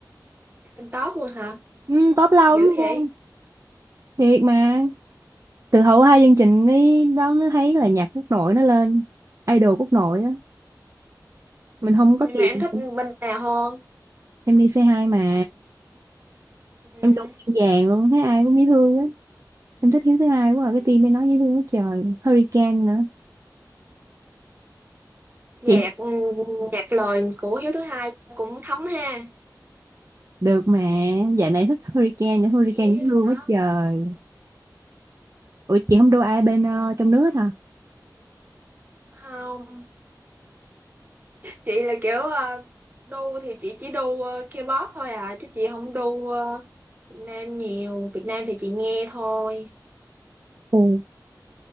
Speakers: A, on the right; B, on the right.
A: Anh top luôn hả?
B: ừ, top lâu
A: Dữ
B: lắm
A: vậy.
B: luôn thiệt mà từ hậu hai chương trình ấy đó mới thấy là nhạc quốc nội nó lên idol quốc nội á mình không
A: Nhưng
B: có tiền
A: mà em thích bên nào hơn?
B: em đi C2 mà
A: Ừ.
B: em đúng vàng luôn thấy ai cũng dễ thương á em thích Hiếu thứ hai quá à. cái team mới nói dễ thương quá trời Hurricane nữa
A: Nhạc
B: chị
A: ừ, nhạc lời của Hiếu thứ hai cũng thấm ha.
B: được mà dạo này thích Hurricane nữa Hurricane
A: Chị
B: dễ
A: rồi
B: thương
A: đó.
B: quá trời ủa chị không đu ai bên ờ, trong nước hả
A: Không, chị là kiểu ờ, đu thì chị chỉ đu ờ, K-pop thôi à chứ chị không đu ờ, Việt Nam nhiều. Việt Nam thì chị nghe thôi.
B: Ừ.